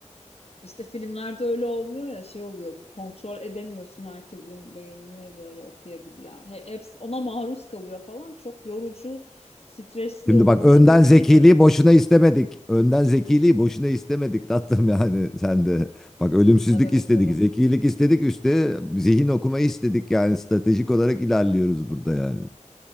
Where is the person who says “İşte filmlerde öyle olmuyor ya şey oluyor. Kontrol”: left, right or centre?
Left